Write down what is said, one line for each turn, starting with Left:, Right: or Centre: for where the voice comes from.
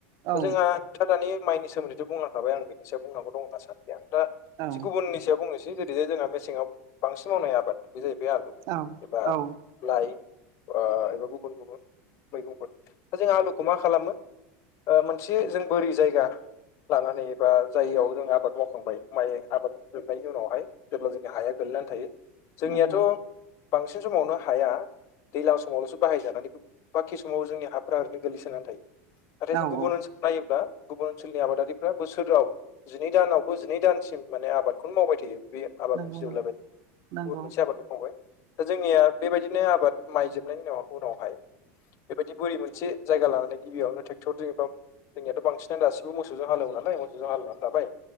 Right: औ
Left: दा जोंहा दानि माइनि सोमोन्दैथ' बुंलांखाबाय आं बेनि सायाव बुंनांगौ दं होनना सानदि आं दा
Right: औ
Left: से गुबुननि सायाव बुंनोसै जुदि जे जोंहा मेसेङाव बांसिन मावनाय आबाद बे जाहैबाय आलु
Right: औ
Left: एबा
Right: औ
Left: लाइ एबा गुबुन गुबुन मैगंफोर दा जों आलुखौ मा खालामो मोनसे जों बोरि जायगा लानानै एबा जाययाव जों आबाद मावखांबाय माइ आबाद जोबनायनि उनावहाय जेब्ला जोंनि हाया गोग्लैनानै थायो जोंनियाथ'
Right: नंगौ
Left: बांसिन समावनो हाया दैज्लां समावल'सो बाहायजानानै बाखि समाव जोंनि हाफोरा्रा ओरैनो गोलैसोनानै थायो। नाथाय जों
Right: औ
Left: गुबुन
Right: औ
Left: ओनसोलाव नायोब्ला गुबुन ओनसोलनि आबादारिफ्रा बोसोराव। जिनै दानावबो जिनै दानसिम माने आबादखौनो मावबाय थायो बे आबाद
Right: नंगौ
Left: मोनसे जौलायबाय
Right: नंगौ
Left: गुबुन मोनसे आबादखौ मावबाय दा जोंनिया बेबायदिनो आबाद माइजोबनायनि उन उनावहाय बेबायदि बोरै मोनसे जायगा लानानै गिबियावनो थ टेकटरजों एबा जोंनियाथ' बांसिनानो दासिबो मोसौजों हालेवोन नाय मोौजों हालवनानै लाबाय